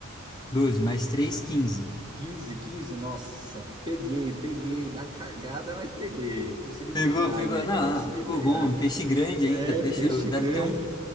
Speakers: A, on the left; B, on the right.
A: doze mais três, quinze
B: quinze quinze nossa, peguei, peguei, na cagada, mas peguei, consegui pegar
A: Pegou, pegou.
B: ali,
A: Não,
B: consegui
A: ah, ficou
B: pegar.
A: bom. um Peixe grande
B: É,
A: ainda. Peixe
B: peixe
A: deve
B: grande.
A: ter um.